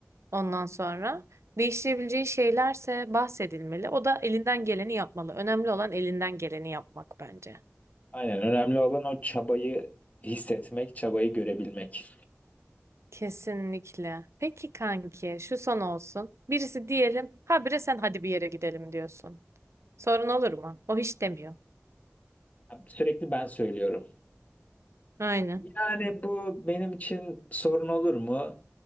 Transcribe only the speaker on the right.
Ondan sonra değiştirebileceği şeylerse bahsedilmeli. O da elinden geleni yapmalı. Önemli olan elinden geleni yapmak bence.
Kesinlikle. Peki kanki, şu son olsun. Birisi diyelim, habire sen hadi bir yere gidelim diyorsun. Sorun olur mu? O hiç demiyor.
Aynen.